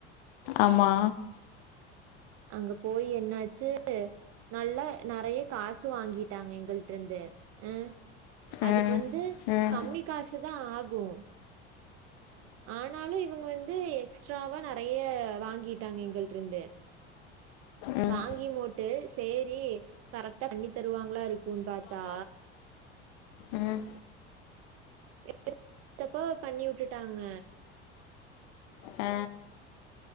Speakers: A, on the left (about 65°); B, on the right (about 45°).
A: ஆமா
B: அங்க போய் என்னாச்சு நல்லா நெறைய காசு வாங்கிட்டாங்க எங்கள்ட்ருந்து அ அதுக்கு
A: ம்
B: வந்து
A: ம்
B: கம்மி காசு தா ஆகு ஆனாலு இவுங்க வந்து எக்ஸ்ட்ராவா நெறைய வாங்கிட்டாங்க எங்கள்ட்ருந்து
A: ம்
B: வாங்கியு மோட்டு சேரி கரெக்ட்டா பண்ணி தருவாங்ளா இருக் குன் பாத்தா
A: ம்
B: எப் <inaudible> தப்பா பண்ணி உட்டுட்டாங்க
A: அ